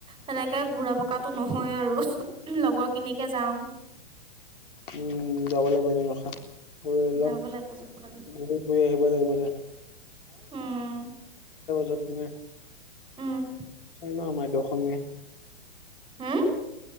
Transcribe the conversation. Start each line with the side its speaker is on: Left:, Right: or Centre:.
Right: তেনেকে ঘূৰা পকাটো নহয় আৰু লগৰ খিনিকে যাওঁ।
Left: উম যাব লাগিব এদিন ৰখা গৈ অলপ
Right: যাব লাগে যাব লাগে।
Left: ঘূৰিম। ফুৰি আহিব লাগিব দিয়া
Right: উম
Left: <unintelligible>
Right: উম
Left: এনেও আমাৰ এইটো অসমীয়া
Right: হা